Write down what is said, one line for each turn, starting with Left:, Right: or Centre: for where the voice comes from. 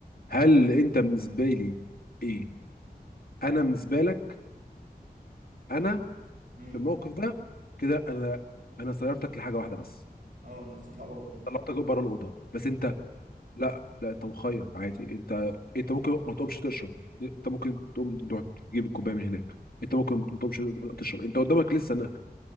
Left: هل انت بالنسبه لي ايه انا بالنسبه لك انا
Right: امم
Left: في الموقف ده كده انا انا سيرتك لحاجه واحده بس
Right: اه انك تطلع بره الاوضه
Left: طلعتك بره الاوضه بس
Right: بالظبط
Left: انت لا لا انت مخير عادي انت انت ممكن ما تقومش تشرب انت ممكن تقوم تروح تجيب الكوبايه من هناك انت ممكن ما تقومش تشرب انت قدامك لسه